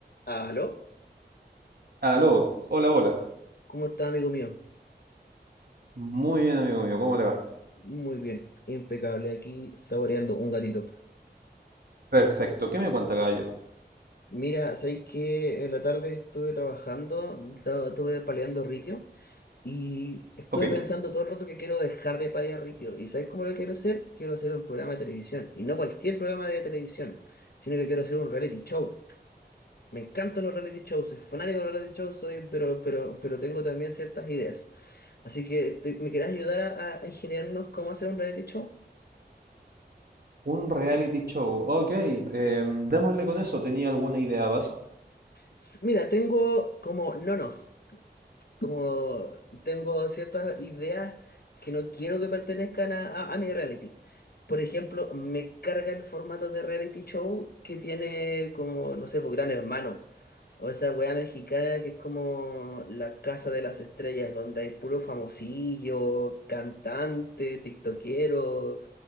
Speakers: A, on the left (about 60°); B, on the right (about 60°).
A: ¿Aló?
B: Aló, hola, hola.
A: ¿Cómo está, amigo mío?
B: Muy bien, amigo mío, ¿cómo le va?
A: Muy bien, impecable, aquí saboreando un gatito.
B: Perfecto, ¿qué me cuenta, caballero?
A: Mira, ¿sabéis que en la tarde estuve trabajando, estaba estuve paleando ripio y estuve
B: Ok.
A: pensando todo el rato que quiero dejar de palear ripio. ¿Y sabéis cómo lo quiero hacer? Quiero hacer un programa de televisión y no cualquier programa de televisión, sino que quiero hacer un reality show. Me encantan los reality shows, soy fanático de los reality shows, soy, pero, pero, pero tengo también ciertas ideas. Así que, ¿te- ¿me querés ayudar a, a ingeniarnos cómo hacer un reality show?
B: Un reality show, ok. em, démosle con eso, ¿tenía alguna idea base?
A: S- Mira, tengo como nonos, como tengo ciertas ideas que no quiero que pertenezcan a, a- a mi reality. Por ejemplo, me carga el formato de reality show que tiene como, no sé, pues Gran Hermano, o esa weá mexicana que es como la casa de las estrellas, donde hay puro famosillo, cantante, tiktokero.